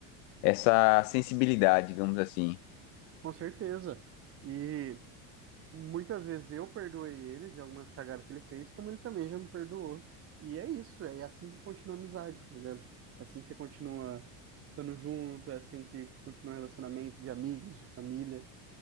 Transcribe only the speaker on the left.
essa sensibilidade, digamos assim.